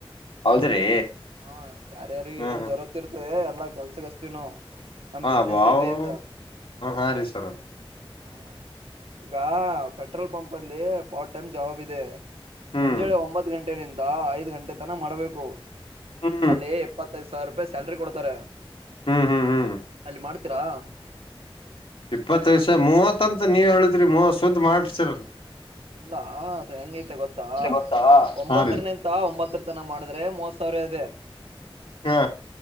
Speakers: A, on the left; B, on the right.
A: ಹೌದ್ರಿ
B: ಹ ಹ ಯಾರ್ಯಾರ
A: ಹ್ಮ್
B: ಏನ್
A: ಹ್ಮ್
B: ಜರೂರತಿ ಇರ್ತದೆ. ಎಲ್ಲ ಕೆಲ್ಸಕ್ ಅಚ್ಚತ್ತೀವಿ ನಾವು. ನಮ್ ಬಿಸ್ನೆಸ್
A: ಅಬಾಬ
B: ಇದೆ ಆಯ್ತ
A: ಹ ಹಾ ರೀ ಸರ್.
B: ಹ ಈಗ ಪೆಟ್ರೋಲ್ ಪಂಪ್. ಬಲ್ಲಿ. ರ್ಟ್ ಟೈಮ್ ಜಾಬ್ ಇದೆ
A: ಹ್ಮ್
B: ಮುಂಜಳೆ ಒಂಬತ್ತು ಗಂಟೆ ನಿಂದ ಐದು ಗಂಟೆ ತನ ಮಾಡಬೇಕು
A: ಹ್ಮ್
B: ಅಲ್ಲಿ ಇಪ್ಪತ್ತೈದು ಸಾವಿರ ರೂಪಾಯಿ. ಸ್ಯಾಲ್ರಿ ಕೊಡ್ತಾರೆ.
A: ಹ್ಮ್ ಹ್ಮ್ ಹ್ಮ್
B: ಅಲ್ಲಿ ಮಾಡ್ತೀರಾ
A: ಇಪ್ಪತ್ತ ಐದ ಸಾವಿರ ಮೂವತ್ತ. ಮತ್ತಂತ ನೀವ ಹೇಳಿದ್ರಿ ಮೂವತ್ತ ಸುದ್ದ್ ಮಾಡಿಸರಲ್ಲ.
B: ಇಲ್ಲ ಅದು ಹೆಂಗೈತೆ ಗೊತ್ತಾ
A: ಗೊತ್ತಾ
B: ಒಂಬತ್ರ
A: ಹಾ ರೀ
B: ನಿತ್ತ ಒಂಬತ್ತರ ತನ ಮಾಡಿದ್ರೆ ಮೂವತ್ತ ಸಾವಿರ ಇದೆ.
A: ಹಾ